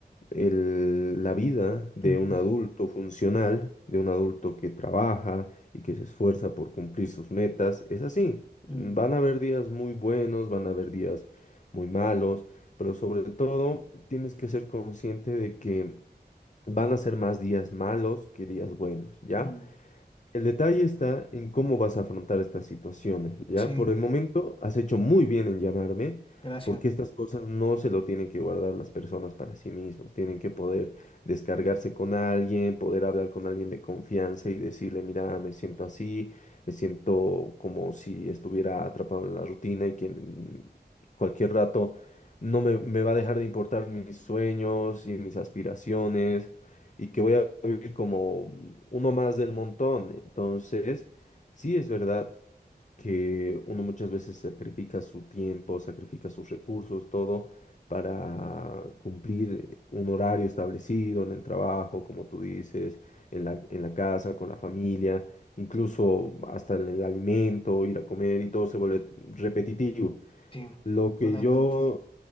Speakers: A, on the left; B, on the left.
A: el- la vida de
B: ujú,
A: un adulto funcional, de un adulto que trabaja y que se esfuerza por cumplir sus metas, es así.
B: mm,
A: Van a haber días muy buenos, van a haber días muy malos, pero sobre todo tienes que ser consciente de que van a ser más días malos que días buenos, ¿ya?
B: mm,
A: El detalle está en cómo vas a afrontar estas situaciones, ¿ya?
B: sí,
A: Por el momento has hecho muy bien en llamarme,
B: gracias,
A: porque estas cosas no se lo tienen que guardar las personas para sí mismos, tienen que poder descargarse con alguien, poder hablar con alguien de confianza y decirle, mira, me siento así, me siento como si estuviera atrapado en la rutina y que en cualquier rato no me, me va a dejar de importar mis sueños y mis aspiraciones y que voy a vivir como uno más del montón. Entonces, sí es verdad que uno muchas veces sacrifica su tiempo, sacrifica sus recursos, todo para cumplir un horario establecido en el trabajo, como tú dices, en la, en la casa, con la familia, incluso hasta en el alimento, ir a comer y todo se vuelve repetitivo.
B: sí,
A: Lo que
B: totalmente.
A: yo